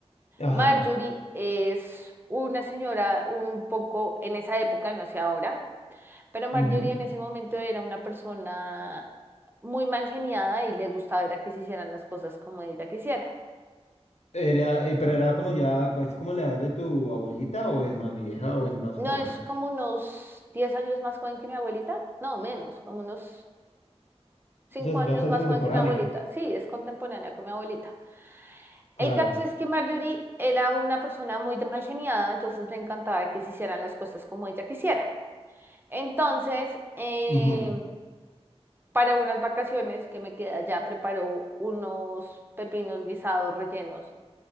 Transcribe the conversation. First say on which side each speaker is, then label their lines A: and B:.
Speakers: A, on the left; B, on the right.
A: Ajá.
B: Marjorie es una señora un poco en esa época, no sé ahora, pero Marjorie
A: ujú.
B: en ese momento era una persona muy mal geniada y le gustaba era que se hicieran las cosas como ella quisiera.
A: Era, eh, pero era como ya, es como la edad de tu abuelita, o es más vieja, o es más
B: No
A: joven.
B: es como unos 10 años más joven que mi abuelita, no menos, como unos cinco
A: Entonces,
B: años
A: bastante
B: más
A: contemporánea.
B: joven que mi abuelita. Sí, es contemporánea con mi abuelita.
A: Claro.
B: El caso es que Marjorie era una persona muy de mal geniada, entonces le encantaba que se hicieran las cosas como ella quisiera. Entonces, eh,
A: Ujú.
B: para unas vacaciones que me quedé allá, preparó unos pepinos guisados rellenos,